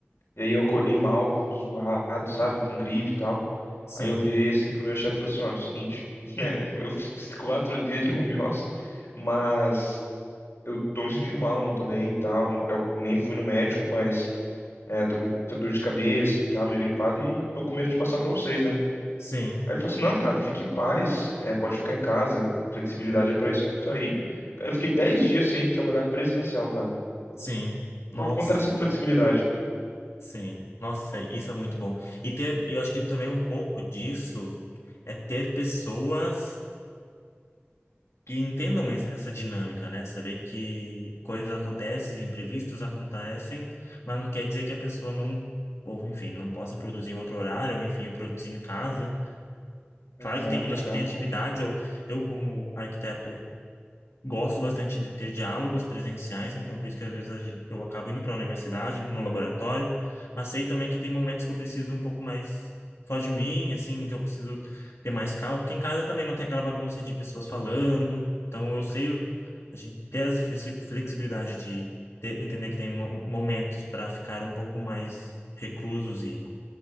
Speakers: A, on the left (about 70°); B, on the left (about 85°).
A: e aí eu acordei mal, zoado, sabe, com gripe e tal.
B: Sim,
A: Aí eu virei assim pro meu chefe e falei assim, olha, é o seguinte, <laughs> né, eu fiz quatro dias de home office, mas eu tô me sentindo mal, não tô bem e tal, eu nem fui no médico, mas é, tô com muita dor de cabeça e tal, meio gripado, e tô com medo de passar pra vocês, né?
B: sim,
A: Aí ele falou assim, não, cara, fique em paz, é, pode ficar em casa, flexibilidade é pra isso aí. Eu fiquei 10 dias sem trabalhar presencial, cara,
B: sim.
A: por
B: Nossa,
A: conta dessa flexibilidade.
B: sim. Nossa, isso é muito bom. E ter, eu acho que também um pouco disso é ter pessoas que entendam es- essa dinâmica, né? Saber que coisas acontecem, imprevistos acontecem, mas não quer dizer que a pessoa não, ou enfim, não possa produzir em outro horário, ou enfim, produzir em casa. Claro
A: Exato,
B: que tem, eu acho
A: cara.
B: que tem atividades, eu, eu como arquiteto Gosto bastante de ter diálogos presenciais, então por isso que às vezes a gen- eu acabo indo para a universidade, no laboratório, mas sei também que tem momentos que eu preciso um pouco mais só de mim, assim, que eu preciso ter mais calma, porque em casa também não tem aquela bagunça de pessoas falando, então eu sei o- a gente ter essa flexi- flexibilidade de ter- entender que tem mo- momentos para ficar um pouco mais reclusos e